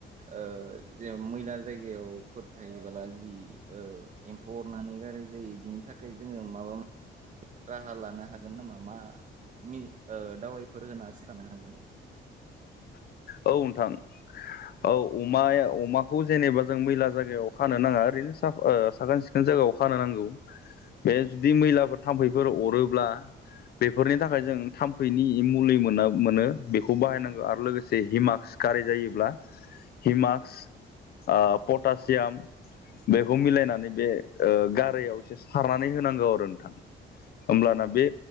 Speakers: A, on the right; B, on the left.
A: ओ जे मैला जायगायावफोर थायोबोला जि औ एम्फौ अरनानै गाराय जायो बिनि थाखाय जोङो माबा मोन राहा लानो हागोन नामा मा नि ओ दावायफोर होना सोथानो हागोन
B: औ नोंथां। औ अमाया अमाखौ जेनेबा जों मैला जायगायाव खानो नाङा ओरैनो साख ओ साखोन सिख खोन जायगायाव खानो नांगौ बे जुदि मैलाफोर थाम्फैफोर अरोब्ला बेफोरनि थाखाय जों थाम्फैनि मुलि मोना मोनो बेखौ बाहायनांगौ आरो लोगोस से हिमाक्स गाराय जायोब्ला हिमाक्स ओ पटासियाम बेखौ मिलायनानै बे ओ गारायाव एसे सारनानै होनांगौ आरो नोंथां। होमब्लाना बे